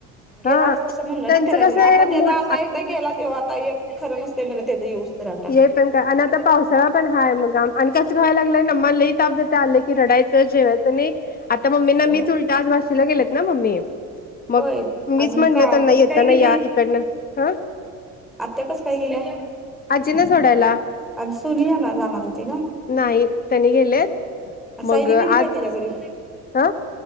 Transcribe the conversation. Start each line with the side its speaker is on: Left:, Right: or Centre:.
Centre: गेला
Left: हा
Centre: तसं म्हणलं
Left: त्यांचं
Centre: ना त्याला
Left: कसं
Centre: गेला
Left: आहे
Centre: आता
Left: मूड
Centre: त्याचा आता एकदा गेला तेव्हा आता एक खरं नसते म त्याचा यऊज तरटा
Left: हे आता पावसाळा पण हाय मगाम आणि कं घेयला लागलंय न्ला ल ताप द आलं रडायचं जेवायच आता मम्मी मीच
Centre: अ
Left: उलट आज वाशीला गेलेत ना मम्मी मग
Centre: होय
Left: मीच
Centre: आणि
Left: म्हणलं
Centre: का
Left: त्यांना
Centre: कशी
Left: येताना
Centre: काय गेली
Left: या इकडनं हं
Centre: आत्या कच काय गेलं
Left: अजि ना सोडायला
Centre: आणि सोनीया ना जाणार होती ना
Left: नाही त्यांनी गेलेत
Centre: सायली
Left: मग आज
Centre: गली काय तच्याकडे
Left: हा